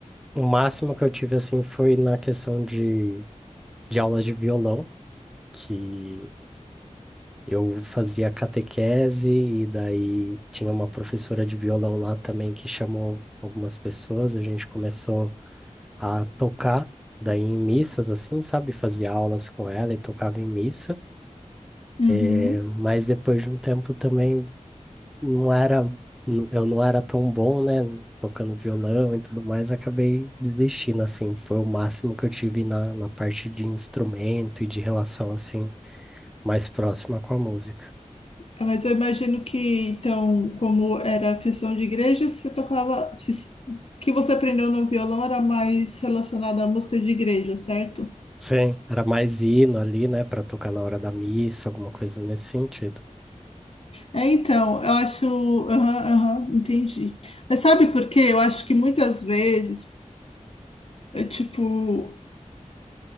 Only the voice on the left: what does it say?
Uhum.
Mas eu imagino que, então, como era a questão de igreja, você tocava, se- o que você aprendeu no violão era mais relacionado à música de igreja, certo?
É, então, eu acho. Aham, aham, entendi. Mas sabe por quê? Eu acho que muitas vezes, é, tipo,